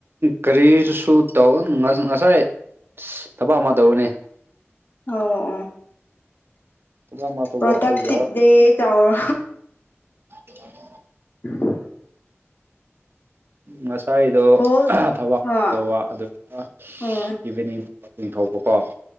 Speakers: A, on the right; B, on the left.
A: ꯀꯔꯤꯁꯨ ꯁꯨ ꯇꯧ ꯉ ꯉꯁꯥꯏ ꯁ ꯊꯕꯛ ꯑꯃ ꯇꯧꯕꯅꯦ
B: ꯑꯧꯑꯣ
A: ꯊꯕꯛ ꯑꯃ ꯇꯧꯕ
B: ꯄ꯭ꯔꯣꯗꯛꯗꯤꯚ
A: ꯑꯗꯨꯒ
B: ꯗꯦ ꯇꯧꯔꯣ
A: <unintelligible>
B: ꯎ
A: ꯉꯁꯥꯏꯗꯣ
B: ꯕꯣꯜ
A: ꯊꯕꯛ
B: ꯍꯥ
A: ꯇꯧꯕ ꯑꯗꯨꯒ
B: ꯎꯝ
A: ꯏꯚꯤꯅꯤꯡ ꯀꯛꯆꯤꯡ ꯊꯧꯕꯀꯣ